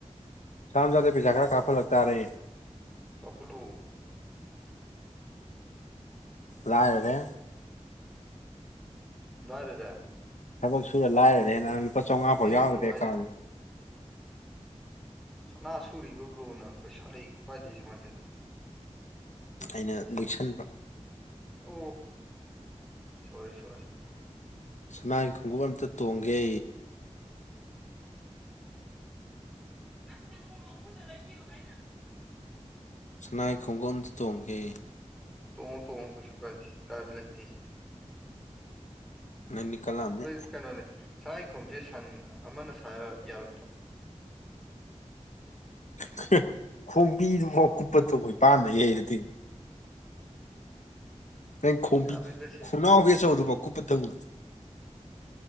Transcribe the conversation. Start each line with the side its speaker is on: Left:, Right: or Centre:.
Left: ꯁꯅꯥꯝꯅꯥꯗꯩ ꯄꯩꯁꯥ ꯈꯔ ꯀꯥꯞꯍꯜꯂꯛ ꯇꯥꯔꯦ
Centre: ꯀꯄꯂꯣ
Left: ꯂꯥꯏꯔꯔꯦ
Centre: ꯂꯥꯏꯔꯔꯦ
Left: ꯊꯕꯛ ꯁꯨꯔ ꯂꯥꯏꯔꯔꯦ ꯍꯦꯟꯅ ꯅ ꯂꯨꯄꯥ ꯆꯥꯎꯉꯥ
Centre: ꯀꯩꯅꯣ
Left: ꯐꯥꯎ ꯌꯥꯎꯗ꯭ꯔꯦ
Centre: ꯕ꯭ꯔꯣ ꯍꯥꯏꯁꯤꯕꯣ
Left: ꯑꯦꯀꯥꯎꯟ
Centre: ꯁꯅꯥ ꯁꯨꯔꯤꯕ ꯕ꯭ꯔꯣꯅ ꯄꯩꯁꯥ ꯂꯩ ꯄꯥꯏꯗꯣꯏꯁꯦ ꯀꯃꯥꯏꯅ ꯇꯧꯔꯤꯅꯣ
Left: ꯑꯩꯅ ꯂꯤꯛꯁꯟꯕ
Centre: ꯑꯣ ꯁꯣꯔꯤ ꯁꯣꯔꯤ
Left: ꯁꯅꯥꯒꯤ ꯈꯣꯡꯒꯨꯞ ꯑꯝꯇ ꯇꯣꯡꯒꯦ
Centre: <unintelligible>
Left: ꯁꯅꯥ ꯈꯣꯡꯎꯞ ꯑꯝꯇ ꯇꯣꯡꯒꯦ
Centre: ꯇꯣꯡꯉꯨ ꯇꯣꯡꯉꯨ ꯀꯩꯁꯨ ꯀꯥꯏꯗꯦ ꯀꯥꯏꯕ ꯂꯩꯇꯦ
Left: ꯅꯪꯗꯤ ꯀꯜꯂꯛꯑꯝꯅꯤ
Centre: ꯃꯣꯏ ꯀꯩꯅꯣꯅꯦ ꯁꯅꯥꯏꯈꯣꯡꯎꯞ ꯁꯟ ꯑꯃꯅ ꯁꯥꯔ ꯌꯥꯔꯣꯏꯗ꯭ꯔꯣ
Left: ꯑꯝꯍ ꯈꯣꯡꯕꯤꯗꯨꯐꯥꯎ ꯀꯨꯞꯄ ꯇꯣ ꯃꯣꯏ ꯄꯥꯟꯅ ꯌꯩꯔꯗꯤ ꯅꯪ ꯈꯣꯝꯕꯤ
Centre: ꯌꯥꯔꯣꯏꯗ ꯁꯤꯅꯤ
Left: ꯈꯣꯡꯅꯥꯎꯕꯤ ꯑꯆꯧꯕꯗꯨꯕꯥꯎ ꯀꯨꯞꯄ ꯊꯝꯕ